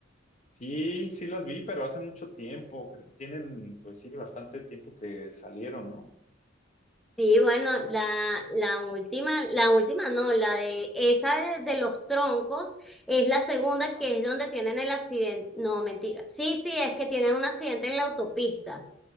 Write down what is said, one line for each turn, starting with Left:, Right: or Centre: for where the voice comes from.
Left: Sí, sí las vi, pero hace mucho tiempo. Cre- Tienen, pues sí, bastante tiempo que salieron, ¿no?
Centre: Sí, bueno, la, la última, la última no, la de esa de, de los troncos es la segunda
Left: Ah.
Centre: que es donde tienen el accidente. No, mentira. Sí, sí, es que tienen un accidente en la autopista.